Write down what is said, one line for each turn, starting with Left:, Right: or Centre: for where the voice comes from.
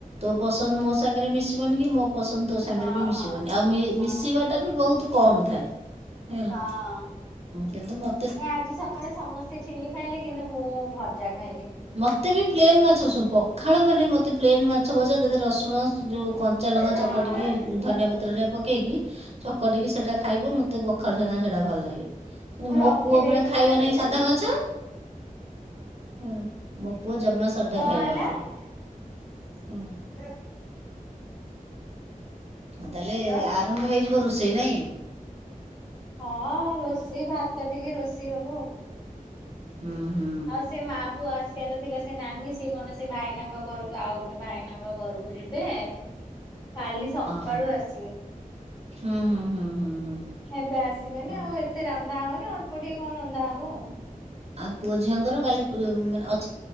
Right: ତୋ ପସନ୍ଦ ମୋ ସାଙ୍ଗରେ ମିଶିବନି କି ମୋ ପସନ୍ଦ ତ ସାଙ୍ଗରେ
Left: ହଁ
Right: ବି
Left: ହଁ
Right: ମିଶିବନି
Left: ହଁ
Right: ଆଉ
Left: ହଁ
Right: ମିଶିବାଟା ବି ବହୁତ କମ ଥାଏ। ହେଲା।
Left: ହଁ।
Right: କିନ୍ତୁ ମ
Left: ନା ଆଜି ସକାଳେ ସମସ୍ତେ ଚିଲି ଖାଇଲେ, କିନ୍ତୁ ମୁଁ ଭଜା ଖାଇଲି।
Right: ମୋତେ ବି ପ୍ଲେନ୍ ମାଛ ଶୁଣ ପଖାଳ ମାନେ ମୋତେ ପ୍ଲେନ୍ ମା ମାଛ ଭଜା, ସେଥିରେ ରସୁଣ, ଯଉଁ କଞ୍ଚା ଲଙ୍କା
Left: ହଁ।
Right: ଚକଟିକି, ଧନିଆ ପତ୍ର ରେ ପକେଇକି ଚକଟିକି ସେଟା ଖାଇବୁ। ମୋତେ ପଖାଳ ସାଙ୍ଗେ ସେଇଟା ଭଲ ଲାଗେ, କିନ୍ତୁ
Left: ମୁଁ
Right: ମୋ।
Left: ରଖିଦେଇଥିଲି
Right: ପୁଅ ପୁରା ଖାଇବ
Left: ତା
Right: ନାହିଁ
Left: ଭିତରେ
Right: ସାଧା ମାଛ। ହୁଁ ମୋ ପୁଅ ଜମା ସାଧା
Left: କଣ
Right: ଖାଇବ
Left: ହେଲା?
Right: ନାହିଁ।
Left: <inaudible>
Right: ତାହେଲେ
Left: ହ୍ୟାଲୋ
Right: ଆରମ୍ଭ ହେଇଯିବାରୁ ସେଇ ନାହିଁ।
Left: ହଁ ରୋଷେଇ ଭାତ ଟିକେ ରୋଷେଇ ହବ ଆଉ।
Right: ହୁଁ। ହୁଁ
Left: ଆଉ ସେ ମାଆ ପୁଅ ଆସିବାର ଥିଲା। ସେ ନାନୀ, ସିଏ କଣ, ସେ ଭାଇନାଙ୍କ ଘରକୁ ଆଉ ଗୋଟେ ଭାଇନାଙ୍କ ଘରକୁ ଯିବେ। କାଲି ସକାଳୁ
Right: ଓହୋ
Left: ଆସିବେ
Right: ହୁଁ ହୁଁ ହୁଁ ହୁଁ ହୁଁ।
Left: ଏବେ ଆସିବେନି
Right: ହଁ
Left: ଆଉ ଏତେ ରାନ୍ଧା ହବନି। ଅଳ୍ପ ଟିକେ କଣ ରନ୍ଧା ହବ ଆଉ।
Right: ଆଉ ପୁଅ ଝିଅଙ୍କର କାଲି <unintelligible> ପୁ ମାନେ ଅ